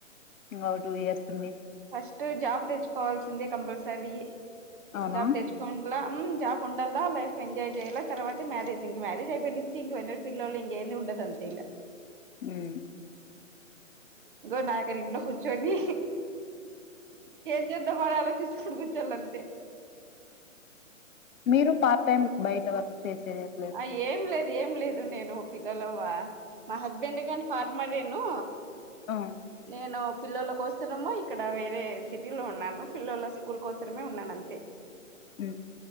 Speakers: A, on the left (about 75°); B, on the right (about 40°).
A: ఇంగా టూ ఇయర్స్ ఉండి
B: ఫస్ట్ జాబ్ తెచ్చుకోవాల్సిందే కంపల్సరీ.
A: అవునా
B: జాబ్ తెచ్చుకోవం లా హ్మ్మ్ జాబ్ ఉండల్ల లైఫ్ ఎంజాయ్ చేయల్ల, తరువాతే మ్యారేజ్ ఇంక మ్యారేజ్ అయిపోయి నిచ్చి ఇంక వెంటనే పిల్లోల్లు ఇంక ఏంది ఉండదు. అదంతే ఇగ
A: ఉమ్
B: ఇగో నాకల్ల ఇంట్లో కూర్చోని ఏం చేద్దా మని ఆలోచించకుంట కూచోల్ల అంతే.
A: మీరు పార్ట్ టైం బయట వర్క్ చేసేది ఏం లేదు
B: ఆ ఏం లేదు ఏం లేదు నేను పిల్లలవా మా హస్బెండ్ గాని ఫార్మర్రేను.
A: ఆ
B: నేను పిల్లోల్ల కోసరము ఇక్కడ వేరే సిటీలో ఉన్నాను. పిల్లల స్కూల్ కోసరమే ఉన్నానంతే.
A: ఊ